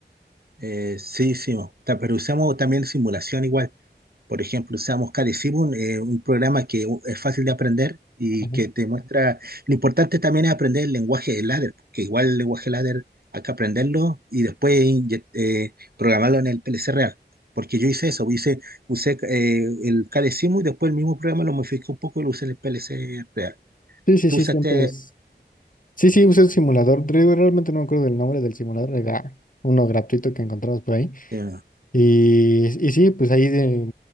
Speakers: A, on the right; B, on the left.
A: Eh, sí, sí, mo. Ta- pero usamos también simulación igual. Por ejemplo, usamos Kali Simul, eh, un programa que u- es fácil de aprender y
B: Ajá.
A: que te muestra. Lo importante también es aprender el lenguaje de ladder, porque igual el lenguaje ladder hay que aprenderlo y después inye- eh, programarlo en el PLC real. Porque yo hice eso, hice, usé eh, el Kali Simul y después el mismo programa lo modificé un poco y lo usé en el PLC real.
B: Sí, sí,
A: ¿Tú
B: sí,
A: usaste?
B: siempre es. Sí, sí, usé un simulador. Re- Realmente no me acuerdo del nombre del simulador, era uno gratuito que encontramos por ahí.
A: eh,
B: Y, y sí, pues ahí eh,